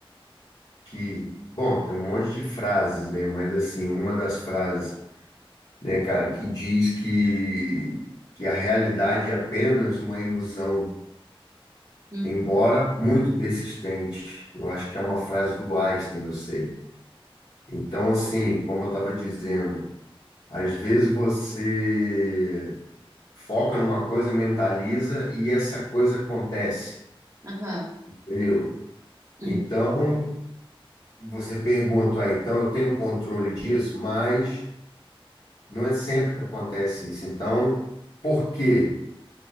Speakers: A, on the left; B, on the right.
A: que, bom, tem um monte de frases, né? Mas assim, uma das frases, né, cara, que diz que, que a realidade é apenas uma ilusão,
B: Uhum,
A: embora muito persistente. Eu acho que é uma frase do Einstein, não sei. Então, assim, como eu estava dizendo, às vezes você foca numa coisa, mentaliza e essa coisa acontece,
B: aham,
A: entendeu?
B: uhum,
A: Então, você pergunta aí, então eu tenho controle disso, mas Não é sempre que acontece isso. Então, por quê?